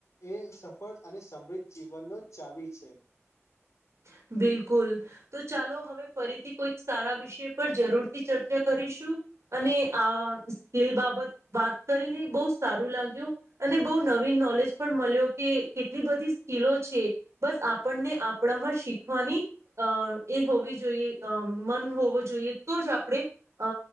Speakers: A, on the left (about 80°); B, on the right (about 70°).
A: એ સફળ અને સમૃદ્ધ જીવનનો ચાવી છે.
B: <inaudible> બિલકુલ. તો ચાલો હવે ફરીથી કોઈક સારા વિષય પર જરૂર થી ચર્ચા કરીશું. <unintelligible> વાત કરીને બહુ સારું લાગ્યું. અને બહુ, નવી નલેજ પણ મળ્યો કે, કેટલી બધી <unintelligible> છે. બસ આપણને આપણામાં શી. શખવાની અ એ હોવી જોઈએ મન હોવું જોઈએ તો જ આપણે અ.